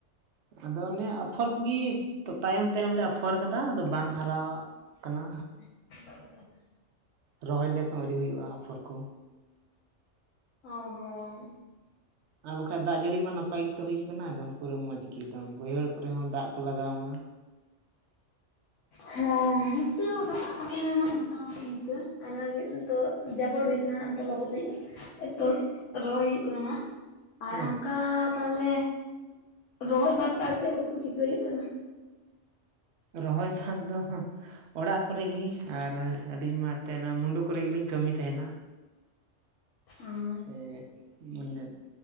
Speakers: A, on the right; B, on the left.
A: ᱟᱫᱚ ᱚᱱᱮ ᱟᱯᱷᱚᱨ ᱠᱩᱜᱤ ᱛᱟᱭᱚᱢ ᱛᱟᱭᱚᱢ ᱞᱮ ᱟᱯᱷᱚᱨ ᱟᱠᱟᱫᱟ ᱟᱫᱚ ᱵᱟᱝ ᱦᱟᱨᱟ ᱠᱟᱱᱟ
B: <unintelligible>
A: ᱨᱚᱦᱚᱭ ᱞᱮᱠ ᱦᱚᱸ ᱟᱹᱣᱨᱤ ᱦᱩᱭᱩᱜ-ᱟ ᱟᱯᱷᱚᱨ ᱠᱩ
B: ᱚ ᱦᱚᱸ
A: ᱟᱨ ᱵᱟᱠᱷᱟᱡ ᱫᱟᱜ ᱡᱟᱹᱲᱤ ᱢᱟ ᱱᱟᱯᱟᱭ ᱜᱮᱛᱚ ᱦᱩᱭᱩᱜ ᱠᱟᱱᱟ ᱮᱠᱚᱢ ᱯᱩᱨᱟᱹ ᱢᱚᱸᱡᱽ ᱜᱮ ᱮᱠᱚᱢ ᱵᱟᱹᱭᱦᱟᱹᱲ ᱠᱚᱨᱮ ᱦᱚᱸ ᱫᱟᱜ ᱠᱚ ᱞᱟᱜᱟᱣ ᱱᱟ
B: ᱦᱮᱸ ᱱᱚᱛᱮ ᱦᱚᱸ ᱫᱟᱜ ᱟᱠᱟᱱᱟ ᱦᱟᱸᱜ ᱢᱚᱴᱟᱢᱩᱴᱤ ᱤᱱᱠᱟᱹ ᱟᱭ ᱞᱟᱹᱜᱤᱫ ᱫᱚ ᱡᱟᱵᱚᱲᱤ ᱠᱟᱱᱟ ᱱᱟᱜ ᱱᱤᱛᱚᱜ ᱞᱚᱦᱚᱫ ᱫᱤᱜ ᱛᱚ ᱨᱚᱦᱚᱭ ᱦᱩᱭᱩᱜ ᱠᱟᱱᱟ ᱱᱟᱦᱟᱜ ᱟᱨ
A: ᱦᱮᱸ
B: ᱚᱱᱠᱟ ᱛᱟᱦᱚᱞᱮ ᱨᱚᱦᱚᱭ ᱵᱟᱫ ᱛᱮ ᱪᱮᱫ ᱠᱚ ᱠᱚ ᱪᱤᱠᱟᱹᱭ ᱦᱩᱭᱩᱜ ᱠᱟᱱᱟ?
A: ᱨᱚᱦᱚᱭ ᱵᱟᱫ ᱫᱚ ᱚᱲᱟᱜ ᱠᱚᱨᱮ ᱜᱤ ᱟᱨ ᱟᱹᱞᱤᱧ ᱢᱟ ᱮᱱᱛᱮᱫ ᱚᱱᱟ ᱢᱩᱸᱰᱩ ᱠᱚᱨᱮ ᱜᱮᱞᱤᱧ ᱠᱟᱹᱢᱤᱭ ᱛᱟᱦᱮᱸᱱᱟ᱾
B: ᱟ
A: ᱮᱜ ᱢᱩᱧᱱᱮ